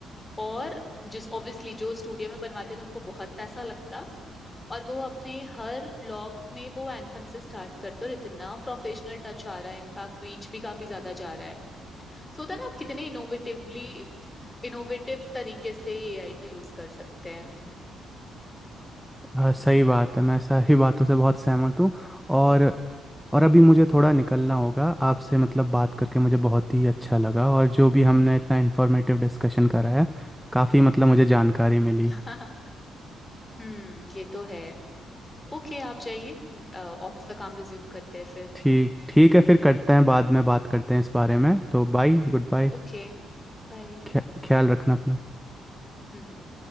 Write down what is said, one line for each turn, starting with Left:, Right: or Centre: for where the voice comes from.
Left: और जिस ऑब्वियसली जो स्टूडियो में बनवाते थे उनको बहुत पैसा लगता और वो अपने हर व्लॉग में वो एंथम से स्टार्ट करते और इतना प्रोफेशनल टच आ रहा है इनफैक्ट रीच भी काफी ज्यादा जा रहा है सो होता है ना आप कितने इनोवेटिवली इनोवेटिव तरीके से एआई का यूज कर सकते हैं
Centre: हाँ सही बात है मैं सारी बातों से बहुत सहमत हूँ और और अभी मुझे थोड़ा निकलना होगा आपसे मतलब बात करके मुझे बहुत ही अच्छा लगा और जो भी हमने इतना इन्फॉर्मेटिव डिस्कशन करा है काफ़ी मतलब मुझे जानकारी मिली
Left: <laughs> हम्म ये तो है ओके आप जाइए ऑफिस का काम रिज्यूम करते हैं फिर
Centre: ठीक ठीक है फिर करते हैं बाद में बात करते हैं इस बारे में तो बाय गुड बाय
Left: Okay bye
Centre: ख्याल रखना अपना
Left: हम्म हम्म